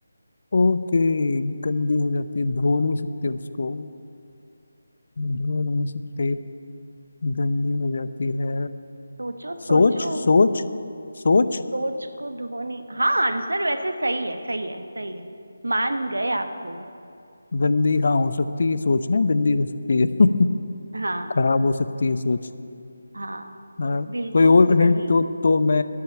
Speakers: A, on the left; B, on the right.
A: ओके गंदी हो जाती है धो नहीं सकते उसको धो नहीं सकते गंदी हो जाती है
B: सोचो सोचो
A: सोच सोच सोच
B: सोच को धोने हाँ आंसर वैसे सही है सही है सही है मान गए आपको
A: गंदी हाँ हो सकती है सोच ना गंदी हो सकती है <laughs>
B: हाँ
A: खराब हो सकती है सोच
B: हाँ
A: हाँ,
B: बिल्कुल
A: कोई और
B: सही
A: हिंट तो तो मैं